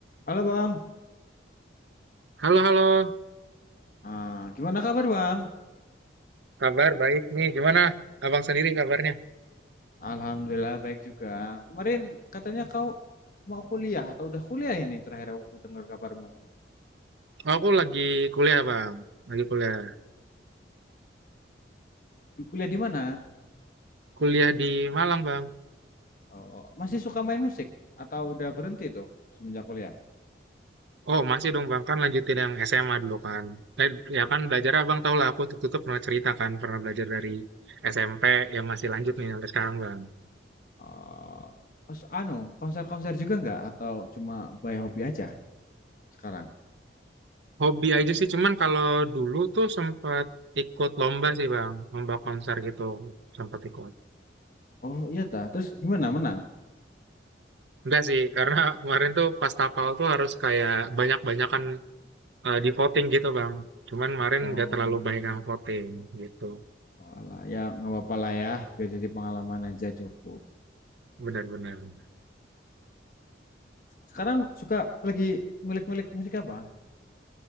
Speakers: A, on the left (about 45°); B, on the right (about 75°).
A: Halo Bang,
B: Halo, halo.
A: ah, gimana kabar Bang?
B: Kabar baik nih, gimana abang sendiri kabarnya?
A: Alhamdulillah baik juga. Kemarin katanya kau mau kuliah atau udah kuliah ini terakhir aku dengar kabarmu.
B: Oh, Aku lagi kuliah, Bang. Lagi kuliah.
A: Du- Kuliah di mana?
B: Kuliah di Malang, Bang.
A: Oh, masih suka main musik atau udah berhenti tuh semenjak kuliah?
B: Oh, masih dong, Bang. Kan lanjutin yang SMA dulu kan. Eh,
A: Nah,
B: ya kan belajar Abang tau lah, aku tutup-tutup pernah cerita kan, pernah belajar dari SMP yang masih lanjut nih sampai sekarang, Bang.
A: oh, terus anu konser-konser juga nggak atau cuma by hobi aja sekarang?
B: Hobi aja sih, cuman kalau dulu tuh sempat ikut lomba sih, Bang. Lomba konser gitu, sempat ikut.
A: Oh iya tah, terus gimana menang?
B: Enggak sih, karena kemarin tuh pas tapal tuh harus kayak banyak-banyakan Eh, di voting gitu Bang. Cuman kemarin
A: Oh,
B: nggak terlalu banyak yang voting gitu.
A: oh alah, ya nggak apa-apa lah ya, biar jadi pengalaman aja cukup.
B: Benar-benar.
A: Sekarang suka lagi ngulik-ngulik musik apa?